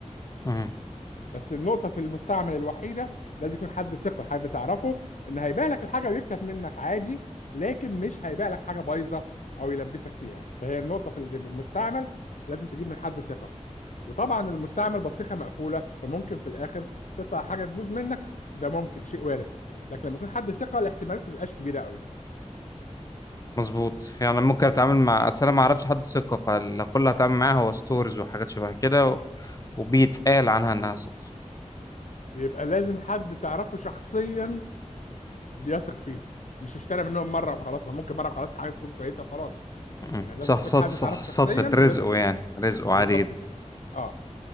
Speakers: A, on the left; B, on the left.
A: مهم.
B: بس النقطة في المستعمل الوحيدة لازم يكون حد ثقة حد تعرفه إن هيبيع لك الحاجة ويكسب منك عادي لكن مش هيبيع لك حاجة بايظة أو يلبسك فيها فهي النقطة في المستعمل لازم تجيب من حد ثقة وطبعا المستعمل بطيخة مقفولة فممكن في الآخر تطلع حاجة تبوظ منك ده ممكن شيء وارد لكن لما يكون حد ثقة الاحتمالات ما بتبقاش كبيرة قوي
A: مظبوط يعني ممكن اتعامل مع اصل انا ما اعرفش حد ثقه فكل اللي هتعامل معاه هو ستورز وحاجات شبه كده وبيتقال عنها إنها سكر
B: يبقى لازم حد تعرفه شخصيا بيثق فيهم مش اشترى منهم مرة وخلاص ما ممكن مرة وخلاص الحاجة تكون كويسة وخلاص
A: م- م.
B: يعني لازم
A: صح
B: تكون
A: صح
B: حد
A: صح
B: تعرفه
A: صدفة
B: شخصيا
A: رزقه
B: بيثق
A: يعني
B: فيه
A: رزقه عادي
B: بالظبط
A: جدا
B: كده اه